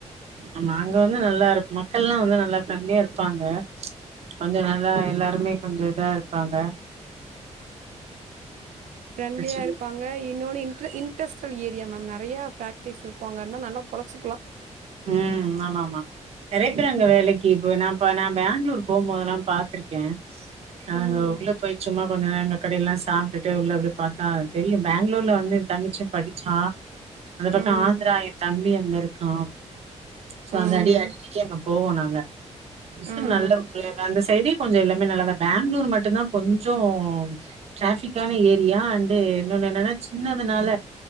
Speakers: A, on the right; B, on the right.
A: ஆமா அங்க வந்து நல்லா இருக் மக்கள்லா வந்து நல்லா ப்ரெண்ட்லியா இருப்பாங்க கொஞ்சோ நல்லா எல்லாருமே கொஞ்சோ இதா இருப்பாங்க
B: பிரெண்லியா
A: பிரச்சன
B: இருப்பா ங்க இன்னொன்னு இண்ர இண்ட்ரஸ்ட்டல் ஏரியா மேம் நறையா பேக்ட்ரீஸ் இருக்கு அங்க இருந்தா நல்லா பொழச்சிக்கலா
A: ம் ஆமா ஆமா நறைய பேர் அங்க வேலைக்கி இப்ப நா பா நா பேங்களூர் போம் போதெல்லா பாத்திரு க்க அங்க
B: ம்
A: உள்ள போய் சும்மா கொஞ்ச நேங்க கடைல்லா சாப்ட்டுட்டு உள்ள அப்டி பாத்தா தெரியு பேங்களூர்ல வந்து எ தங்கிச்சியு படிச்சா அந்த பக்கோ
B: ம்
A: ஆந்தரா ஏ தம்பி அங்க இருக்கா சோ
B: ம்
A: அந்த அடிய அடிக்கடி அங்க போவ நாங்க ஓசூர்
B: ம்
A: நல்ல ஊரு அந்த சைடே கொஞ்ச எல்லாமே நல்லாதா பேங்களூர் மட்டுந்தா கொஞ்சோ டிராபிக்கான ஏரியா அண்டு இன்னொன்னு என்னன்னா சின்னதுனால